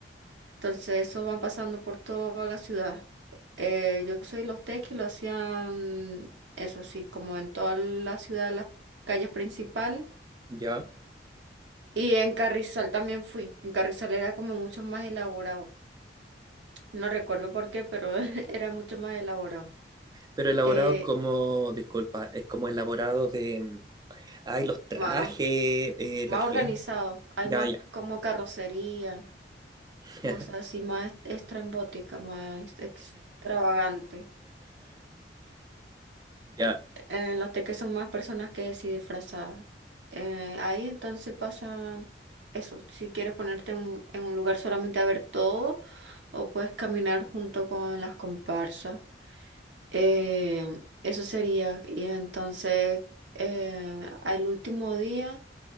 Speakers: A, on the right; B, on the right.
A: Entonces, esos van pasando por toda la ciudad. Eh, yo soy los tequis, lo hacían eso así, como en toda la ciudad, las calles principales.
B: ¿Ya?
A: Y en Carrizal también fui. En Carrizal era como mucho más elaborado. No recuerdo por qué, pero <laughs> era mucho más elaborado.
B: pero elaborado
A: Eh,
B: como, disculpa, es como elaborado de, mm, ay, los trajes,
A: más
B: eh,
A: más
B: la gente.
A: organizado, hay
B: Ya,
A: más
B: ya.
A: como carrocería,
B: <laughs>
A: cosas así más estrambóticas, más extravagantes.
B: Ya,
A: En los teques son más personas que sí disfrazadas. Eh, ahí entonces pasan eso, si quieres ponerte un- en un lugar solamente a ver todo o puedes caminar junto con las comparsas. Eh, eso sería. Y entonces eh, al último día...